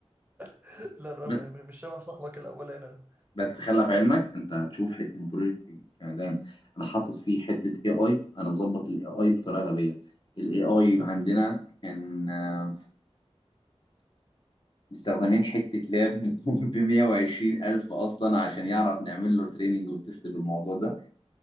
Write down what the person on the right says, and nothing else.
<laughs> لا انا
م- م- مش شبه صاحبك الاولاني انا